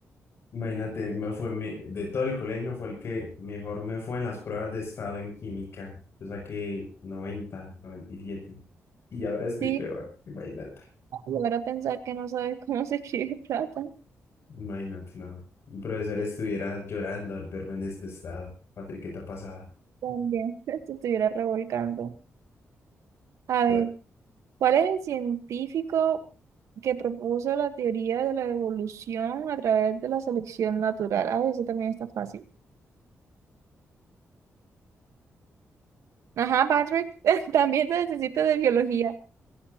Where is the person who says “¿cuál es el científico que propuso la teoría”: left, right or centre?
Right